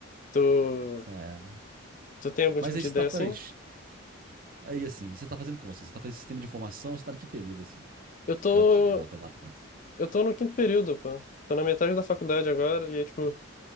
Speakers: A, on the left; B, on the right.
A: Tu,
B: Isso É.
A: tu tem algum
B: Mas
A: tipo
B: aí
A: de
B: você
A: ideia
B: tá, peraí.
A: assim?
B: Aí assim, você tá fazendo como assim? Você tá fazendo sistema de informação? Você tá em que período assim?
A: Eu tô,
B: Já te- voltando lá atrás.
A: eu tô no quinto período, pô. Tô na metade da faculdade agora, e é, tipo,